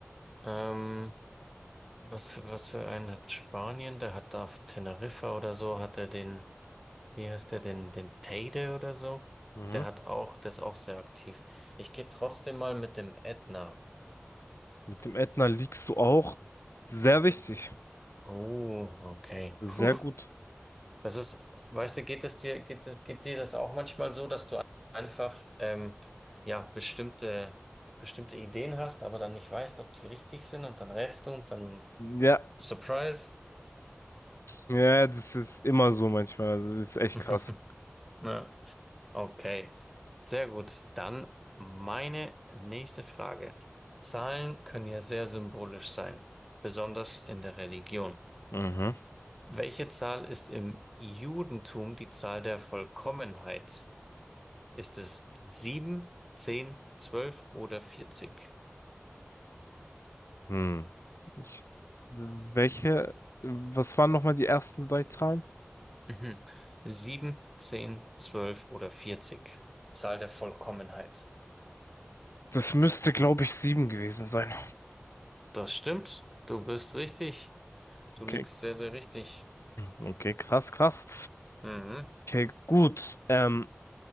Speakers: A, in the centre; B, on the left.
A: Ähm, was, was für einen hat Spanien? Der hat auf Teneriffa oder so, hat er den Wie heißt der denn? Den Teide oder so?
B: Mhm.
A: Der hat auch, der ist auch sehr aktiv. Ich gehe trotzdem mal mit dem Ätna.
B: Mit dem Ätna liegst du auch sehr richtig.
A: Oh, okay.
B: Sehr
A: Puh,
B: gut.
A: das ist, weißt du, geht es dir, geht, geht dir das auch manchmal so, dass du einfach, ähm, ja, bestimmte, bestimmte Ideen hast, aber dann nicht weißt, ob die richtig sind und dann rätst du und dann
B: Ja,
A: Surprise.
B: ja, das ist immer so manchmal. Das ist echt
A: <laughs>
B: krass.
A: Ja. Okay, sehr gut. Dann meine nächste Frage. Zahlen können ja sehr symbolisch sein, besonders in der Religion.
B: Mhm.
A: Welche Zahl ist im Judentum die Zahl der Vollkommenheit? Ist es 7, 10, 12 oder 40?
B: Hm. Ich, welche, was waren nochmal die ersten drei Zahlen?
A: Mhm. 7, 10, 12 oder 40. Die Zahl der Vollkommenheit.
B: Das müsste, glaube ich, sieben gewesen sein.
A: Das stimmt. Du bist richtig. Du liegst
B: Okay,
A: sehr, sehr richtig.
B: okay, krass, krass.
A: Mhm.
B: Okay, gut. Ähm,